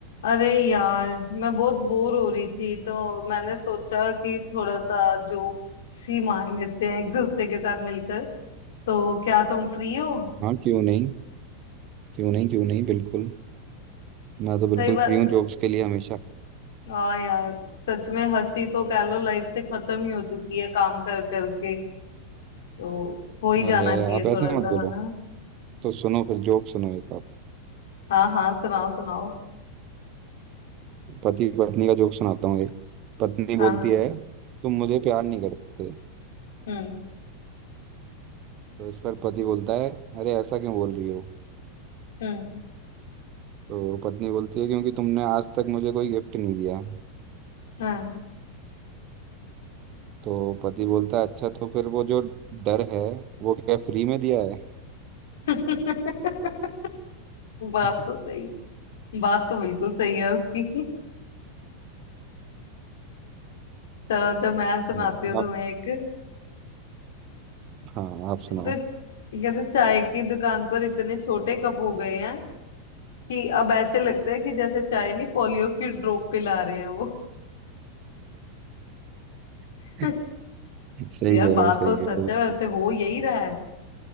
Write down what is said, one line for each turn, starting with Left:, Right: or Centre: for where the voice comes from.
Left: अरे यार मैं बहुत बोर हो रही थी तो मैंने सोचा कि थोड़ा सा जोक्स ही मार लेते हैं एक दूसरे के साथ मिलकर तो क्या तुम फ्री हो
Right: हाँ क्यों नहीं क्यों नहीं क्यों नहीं बिल्कुल मैं तो बिल्कुल
Left: सही बात
Right: फ्री हूँ
Left: है।
Right: जोक्स के लिए हमेशा
Left: हाँ यार सच में हंसी तो कह लो लाइफ से खत्म ही हो चुकी है काम कर करके तो हो ही जाना
Right: अरे
Left: चाहिए
Right: आप
Left: थोड़ा
Right: ऐसे
Left: सा
Right: मत बोलो
Left: है ना
Right: तो सुनो फिर जोक सुनो एक आप
Left: हाँ हाँ सुनाओ सुनाओ
Right: पति पत्नी का जोक सुनाता हूँ एक पत्नी
Left: हाँ
Right: बोलती
Left: हाँ
Right: है तुम मुझे प्यार नहीं करते
Left: हम्म
Right: तो इस पर पति बोलता है अरे ऐसा क्यों बोल रही हो
Left: हम्म
Right: तो पत्नी बोलती है क्योंकि तुमने आज तक मुझे कोई गिफ्ट नहीं दिया
Left: हाँ
Right: तो पति बोलता है अच्छा तो फिर वो जो डर है वो क्या फ्री में दिया है
Left: <laughs> बात
Right: <laughs>
Left: तो सही बात तो बिल्कुल सही है उसकी तो जब मैं सुनाती
Right: हाँ
Left: हूँ तुम्हें
Right: आप
Left: एक
Right: हाँ आप
Left: कहते
Right: सुनाओ
Left: कहते चाय की दुकान पर इतने छोटे कप हो गए हैं कि अब ऐसे लगता है कि जैसे चाय नहीं पोलियो की ड्रॉप पिला रहे हैं वो
Right: <laughs>
Left: <laughs>
Right: सही
Left: यार
Right: कह
Left: बात
Right: रहे हो सही
Left: तो सच
Right: कह रहे हो
Left: है
Right: बिल्कुल
Left: वैसे हो यही रहा है